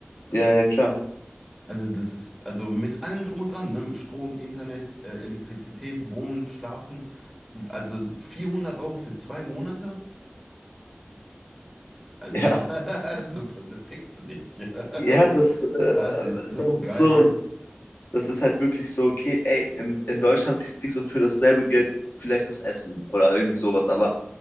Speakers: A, on the left (about 55°); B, in the centre.
A: ja, ja, klar.
B: Also, das ist, also mit allem drum und dran, ne? Mit Strom, Internet, äh, Elektrizität, Wohnen, Schlafen. Also 400 Euro für zwei Monate? Also,
A: Ja.
B: <laughs> super, das kriegst du nicht. <laughs>
A: Ja, das, äh,
B: Das, das ist so
A: das ist
B: geil.
A: so, das ist halt wirklich so, okay, ey, in, in Deutschland kriegst du für dasselbe Geld vielleicht das Essen oder irgendwie sowas, aber